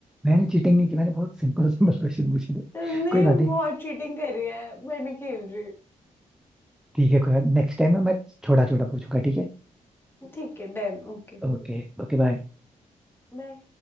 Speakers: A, in the centre; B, on the left.
A: मैंने चीटिंग नहीं की मैंने बहुत सिंपल सिंपल क्वेश्चन पूछे थे
B: तुमने
A: कोई बात
B: बहुत
A: नहीं
B: चीटिंग करी है मैं नहीं खेल रही
A: ठीक है कोई नेक्स्ट टाइम ना मैं छोटा छोटा पूछूंगा ठीक है
B: ठीक है डन ओके
A: Okay okay bye
B: बाय